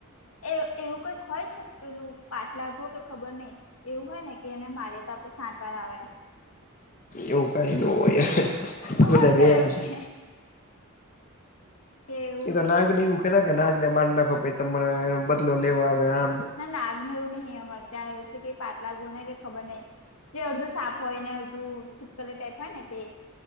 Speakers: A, on the left; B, on the left.
A: એ એવું કઈક હોય છે પેલું પાટલા ઘો કે ખબર નઈ. એવું હોય ને કે એને મારીએ તો આપડે સાત વાર આવે.
B: એવું કઈ ન હોય એ
A: અમાર
B: બધા
A: ત્યાં
B: રે
A: એવું
B: એમ
A: કે.
B: છે
A: કે એવું
B: એ તો
A: હોય
B: નાગને
A: કે
B: એવું કેતા કે નાગને માર નાખો પહી તમને બદલો લેવા આમ.
A: ના, નાગનો એવું નહી અમાર ત્યાં એવુ છે કે પાટલા ઘો ને કે ખબર નઈ જે અડધું સાપ હોયને અડધું છીપકલી ટાઈપ હોય ને તે